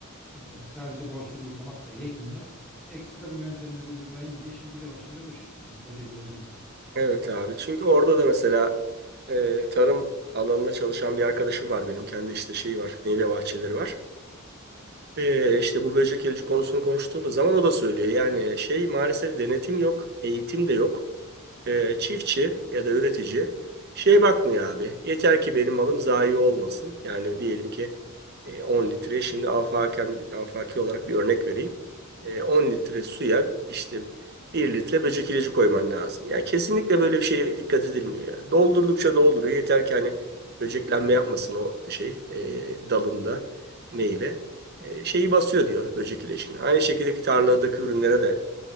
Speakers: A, in the centre; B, on the right (about 50°).
A: E, sadece bol suyla yıkamak da yetmiyor. Ekstra bu yöntemleri uygulayın diye şimdi bir de başımıza bu çıktı yani böcek ilacı meselesi.
B: Evet abi. Çünkü orada da mesela e, tarım alanında çalışan bir arkadaşım var benim. Kendi işte şeyi var. Meyve bahçeleri var. Ee, işte bu böcek ilacı konusunu konuştuğumuz zaman o da söylüyor. Yani şey maalesef denetim yok, eğitim de yok. Ee, çiftçi ya da üretici şey bakmıyor abi. Yeter ki benim malım zayi olmasın. Yani diyelim ki e, 10 litre şimdi afaken, afaki olarak bir örnek vereyim. E, 10 litre suya işte bir litre böcek ilacı koyman lazım. Yani kesinlikle böyle bir şeye dikkat edilmiyor. Yani. Doldurdukça dolduruyor. Yeter ki hani böceklenme yapmasın o şey e, dalında meyve e, şeyi basıyor diyor böcek ilacını. Aynı şekilde tarladaki ürünlere de